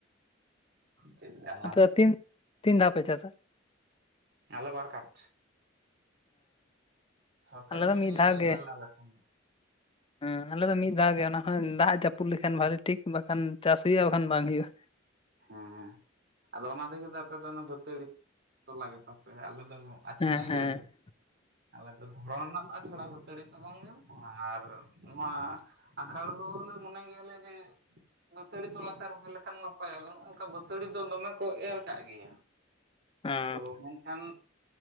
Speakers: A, on the right; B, on the left.
A: ᱪᱮᱜ ᱟᱨ
B: ᱟᱯᱮ ᱛᱤᱱ ᱛᱤᱱ ᱫᱷᱟᱣ ᱯᱮ ᱪᱟᱥᱟ?
A: ᱟᱞᱮ ᱵᱟᱨ ᱠᱟᱴ ᱥᱚᱨᱠᱟᱨᱤ
B: ᱟᱞᱮ ᱫᱚ
A: ᱢᱤᱱᱤ
B: ᱢᱤᱫ ᱫᱷᱟᱣ
A: ᱮᱵᱮᱞᱮᱵᱮᱞ
B: ᱜᱮ
A: ᱟᱞᱮ ‌ᱴᱷᱮᱱ ᱫᱚ᱾
B: ᱦᱮᱸ ᱟᱞᱮ ᱫᱚ ᱢᱤᱫ ᱫᱷᱟᱣ ᱜᱮ ᱚᱱᱟ ᱦᱚᱸ ᱫᱟᱜ ᱡᱟᱹᱯᱩᱫ ᱞᱮᱠᱷᱟᱱ ᱵᱷᱟᱹᱞᱤ ᱴᱷᱤᱠ ᱵᱟᱠᱷᱟᱱ ᱪᱟᱥ ᱦᱩᱭᱩᱜᱼᱟ ᱵᱟᱠᱷᱟᱱ ᱵᱟᱝ ᱦᱩᱭᱩᱜᱼᱟ᱾
A: ᱦᱮᱸ ᱟᱫᱚ ᱚᱱᱟ ᱛᱮᱜᱮ ᱫᱚ ᱟᱯᱮ ᱫᱚ ᱚᱱᱟ ᱵᱟᱹᱛᱟᱹᱲᱤ ᱛᱚᱞᱟ ᱜᱮᱛᱟ ᱯᱮ ᱟᱞᱮ ᱫᱚ ᱟᱪᱪᱷᱲᱟᱭ
B: ᱦᱮᱸ ᱦᱮᱸ
A: ᱜᱮᱭᱟ ᱞᱮ ᱟᱞᱮ ᱫᱚ ᱫᱷᱚᱨᱚᱱ ᱨᱮᱱᱟᱜ ᱟᱪᱷᱟᱲᱟ ᱵᱟᱹᱛᱟᱹᱲᱤ ᱛᱚᱞᱟᱢ ᱧᱟᱢᱼᱟ, ᱟᱨ ᱱᱚᱣᱟ ᱟᱸᱜᱷᱟᱲ ᱦᱳᱲᱳᱞᱮ ᱢᱚᱱᱮ ᱜᱮᱭᱟᱞᱮ ᱡᱮ ᱵᱟᱹᱛᱟᱹᱲᱤ ᱛᱚᱞᱟ ᱛᱮ ᱨᱚᱦᱚᱭ ᱞᱮᱠᱷᱟᱱ ᱱᱚ ᱱᱟᱯᱟᱭ ᱟᱫᱚ ᱱᱚᱜᱼᱚᱭ ᱱᱚᱝᱠᱟ ᱵᱟᱹᱛᱟᱹᱲᱤ ᱫᱚ ᱫᱚᱢᱮ ᱠᱚ ᱮᱨ ᱠᱟᱜ ᱜᱮᱭᱟ,
B: ᱦᱮᱸ
A: ᱛᱚ ᱢᱮᱱ ᱠᱷᱟᱱ